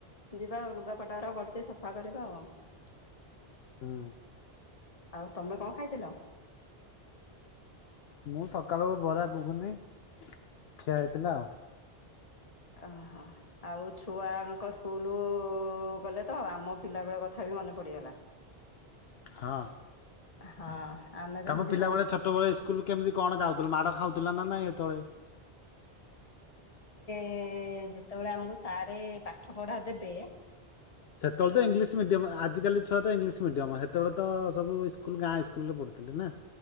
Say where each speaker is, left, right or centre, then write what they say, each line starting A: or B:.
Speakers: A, on the left; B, on the left.
A: ଯିବା ଆଉ ଲୁଗାପଟାଅରା ପଡ଼ିଚି ସଫା କରି <unintelligible>
B: ହୁଁ।
A: ଆଉ ତମେ କଣ ଖାଇଥିଲ?
B: ମୁଁ ସକାଳୁ ବରା ଘୁଗୁନି ଖିଆ ହେଇଥିଲା ଆଉ।
A: ଓହୋ ଆଉ ଛୁଆଙ୍କ ସ୍କୁଲୁ ଗଲେ ତ ଆମ ପିଲା ବେଳ କଥା ବି ମନେ ପଡିଗଲା।
B: ହଁ।
A: ହଁ। ଆମେ ତ
B: ତମ
A: ଏମିତି
B: ପିଲାବେଳେ
A: ବହୁତ
B: ଛୋଟବେଳେ ସ୍କୁଲ କେମିତି କଣ ଯାଉଥିଲ ମାଡ ଖାଉଥିଲା ନା ନାଇଁ ହେତଳେ?
A: ଏ ଯେତେବେଳେ ଆମକୁ ସାରେ ପାଠ ପଢା ଦେବେ।
B: ସେତେବେଳେ ତ ଇଂଲିଶ ମିଡିୟମ ଆଜିକାଲି ଛୁଆ ତ ଇଂଲିଶ ମିଡିୟମ ହେତ ସେତେବେଳେ ତ ସବୁ ସ୍କୁଲ ଗାଁ ସ୍କୁଲରେ ପଢୁଥିଲେ ନା?